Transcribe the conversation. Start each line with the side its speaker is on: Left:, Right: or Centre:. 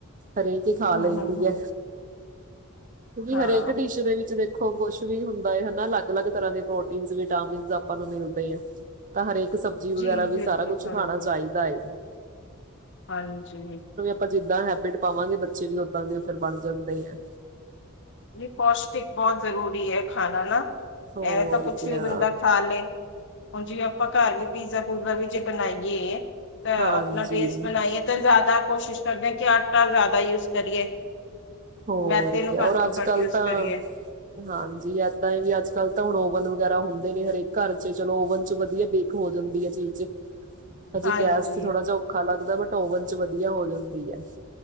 Right: ਹਰੇਕ ਕੇ ਖਾ
Left: ਹਮ
Right: ਲਈ
Left: ਹਮ
Right: ਦੀ
Left: ਹਮ
Right: ੲੈ, ਕਿੳਕਿ
Left: ਹਾਂ
Right: ਹਰੇਕ ਡਿਸ਼ ਦੇ ਵਿੱਚ ਦੇਖੋ ਹੋ ਕੋਛ ਵੀ ਹੁੰਦਾ ਏ ਹਨਾ, ਲੱਗ-ਲੱਗ ਤਰਾਂ ਦੇ ਪ੍ਰੋਟੀਨ, ਵਿਟਾਮਿਨਸ ਆਪਾਂ ਨੂੰ ਮਿਲਦੇ ਐ। ਤਾਂ ਹਰ ਏਕ ਸਬਜ਼ੀ ਵਗੈਰਾ
Left: ਜੀ
Right: ਵੀ
Left: ਬਿਲਕੁਲ
Right: ਸਾਰਾ ਕੁਛ
Left: ਹਾਂਜੀ
Right: ਖਾਣਾ ਚਾਈਦਾ ਏ।
Left: ਹਾਂਜੀ।
Right: ਪਾਂ ਜਿੱਦਾ ਹੈਬਿਟ ਪਾਵਾਂਗੇ, ਬੱਚੇ ਵੀ ਉੱਦਾਂ ਦੇ ਫਿਰ ਬੱਣ ਜਾਂਦੇ ਐ।
Left: ਜੀ ਪੌਸ਼ਟਿਕ ਬੋਤ ਜ਼ਰੂਰੀ ਏ ਖਾਣਾ ਨਾ।
Right: ਹੋਰ
Left: ਐਵੇਂ ਤਾਂ ਕੁਛ
Right: ਕਿਆ
Left: ਵੀ ਬੰਦਾ ਖਾ ਲੇ। ਹੁਣ ਜਿਵੇਂ ਅਪਾਂ ਘੱਰ ਵੀ ਪੀਜ਼ਾ-ਪੂਜਾ ਵੀ ਜੇ ਬਣਾਈਏ ਅ,
Right: ਹਾਂਜੀ
Left: ਅਪਣਾ ਟੇਸਟ ਬਣਾਈਏ ਤੇ ਜਾਦਾ ਕੋਸ਼ਿਸ਼ ਕਰਦੇ ਹਾਂ ਕਿ ਆਟਾ ਜਾਦਾ ਯੂਸ ਕਰੀਏ।
Right: ਹੋਰ
Left: ਮੈਦੇ ਨੂੰ
Right: ਕੀ, ਅੋ
Left: ਘੱਟ ਤੋਂ
Right: ਅੱਜ-ਕੱਲ
Left: ਘੱਟ ਯੂਜ
Right: ਤਾਂ
Left: ਕਰੀਏ
Right: ਹਾਂਜੀ ਏਦਾਂ ਏ ਵੀ ਅੱਜ-ਕੱਲ ਤਾਂ ਹੁਣ ਔਵਨ ਵਗੈਰਾ ਹੁੰਦੇ ਨੇ ਹਰੇਕ ਘੱਰ ਚ ਚਲੋ ਔਵਨ ਚ ਵਧੀਆ ਬੇ ਕ ਹੋ ਜਾਦੀ ੲੈ ਚੀਜ਼ ਹਜੇ
Left: ਹਾਂਜੀ
Right: ਗੈਸ ਚ ਥੋੜਾ ਜਾ ਔਖਾ ਲੱਗਦਾ ਬਟ ਓਵਨ ਚ ਵਧੀਆ ਹੋ ਜਾਂਦੀ ਐ।